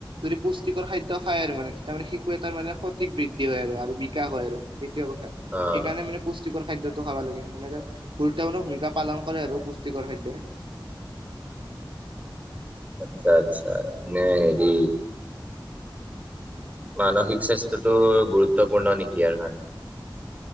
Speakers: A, on the right; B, on the right.
A: যদি পুষ্টিকৰ খাদ্য খাই আৰু মানে। তেতিয়া মানে শিশু এটাৰ মানে সঠিক বৃদ্ধি হয় আৰু বিকাশ হয় আৰু। এইটোৱে কথা।
B: অ',
A: সেইকাৰণে মানে পুষ্টিকৰ খাদ্যটো খাব লাগে। মানে ত গুৰুত্বপূৰ্ণ ভূমিকা পালন কৰে আৰু পুষ্টিকৰ খাদ্যই।
B: আচ্ছা, আচ্ছা নে হেৰি মানসিক স্বাস্থ্যটো গুৰুত্বপূৰ্ণ নেকি ইয়াৰ কাৰণে?